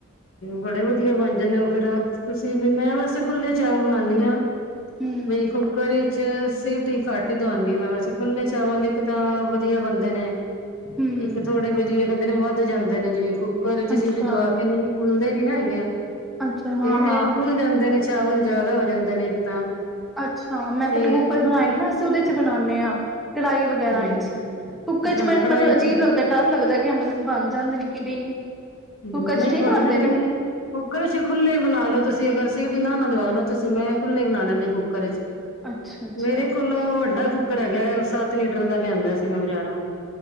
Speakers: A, on the left (about 70°); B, in the centre.
A: ਬੜੇ ਵਧੀਆ ਬਣ ਜਾਂਦੇ ਉਹ ਫਿਰ ਤੁਸੀਂ ਵੀ ਮੈਂ ਵੈਸੇ ਖੁੱਲੇ ਚਾਵਲ ਬਣਾਨੀ ਆ।
B: ਹੂੰ
A: ਬਈ ਕੁੱਕਰ ਵਿਚ ਸੀਟੀ ਘਟ ਹੀ ਦਵਾਨੀ ਹਾਂ ਮੈਂ। ਵੈਸੇ ਖੁੱਲੇ ਚਾਵਲ ਹੀ ਅੇਕ ਤਾਂ ਵਧੀਆ ਬੰਦੇ ਨੇ।
B: ਹੂੰ
A: ਇੱਕ ਥੋੜੇ ਬਇ ਜਿਵੇਂ ਕਹਿੰਦੇ ਨੇ ਵੱਧ ਜਾਂਦੇ ਨੇ, ਜਿਵੇਂ ਕੁੱਕਰ ਚ
B: ਅੱਛਾ
A: ਸੀਟੀ ਦਵਾ ਕੇ ਨੀ ਦੇਖ ਫੁੱਲਦੇ ਨੀ ਨਾ ਹੈਗੇ ਆ,
B: ਅੱਛਾ ਹਾਂ
A: ਤੇ ਇਹ
B: ਹਾਂ
A: ਫੁੱਲ ਜਾਂਦੇ ਨੇ ਚਾਵਲ ਜਿਆਦਾ ਹੋ ਜਾਂਦੇ ਨੇ, ਇੱਕ ਤਾਂ।
B: ਅੱਛਾ ਮੈਂ
A: ਤੇ
B: ਕਦੇ ਕੁੱਕਰ ਚ ਬਣਾਏ ਨਹੀਂ ਨਾ, ਅਸੀਂ ਉਹਦੇ ਚ ਬਣਾਉਦੇ ਹਾਂ ਕੜਾਹੀ ਵਗ਼ੈਰਾ
A: ਹੂੰ
B: ਵਿੱਚ। ਕੁੱਕਰ
A: ਅੱਛਾ
B: ਚ ਮੈ ਮੈਨੂੰ
A: ਕੜਾਹੀ
B: ਮਤਲਵ ਅਜੀਬ
A: ਚ
B: ਲੱਗਦਾ, ਡਰ ਲੱਗਦਾ ਕਿ ਮਤਲਬ ਬਣ ਜਾਂਦੇ ਨੇ ਕਿ ਨਹੀਂ।
A: ਮ
B: ਕੁੱਕਰ ਚ
A: ਨਹੀਂ
B: ਠੀਕ
A: ਬਣ
B: ਬਣਦੇ
A: ਜਾਂਦੇ ਨੇ, ਕੁੂੱਕਰ ਚ ਖੁੱਲੇ ਬਣਾ ਲ ਲੋ ਤੁਸੀਂ ਅਗਰ ਸਿਟੀ ਨਾ ਦਵਾਣਾ ਤੁਸੀਂ। ਮੈਂ ਖੁੱਲੇ ਬਣਾ ਲੈਂਨੀ ਹਾ ਕੁੱਕਰ ਚ,
B: ਅੱਛਾ ਅੱਛਾ
A: ਮੇਰੇ ਕੋਲ ਵੱਡਾ ਕੁੱਕਰ ਹੈਗਾ। ਉਸ ਸਾ ਤ ਲੀਟਰ ਦਾ ਲਿਆਂਦਾ ਸੀ ਮੈਂ ਬਜ਼ਾਰੋਂ,